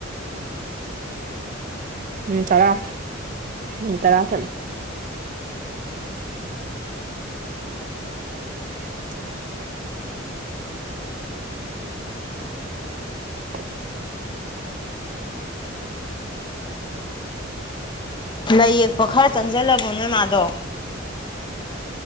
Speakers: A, on the right (about 40°); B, on the left (about 25°).
A: ꯎꯝ ꯇꯔꯥ ꯎꯝ ꯇꯔꯥꯁꯂ ꯑ ꯎꯝ
B: ꯂꯥꯏ ꯌꯦꯛꯄ ꯈꯔ ꯆꯪꯁꯤꯜꯂꯕꯣ ꯅꯣꯏ ꯃꯥꯗꯣ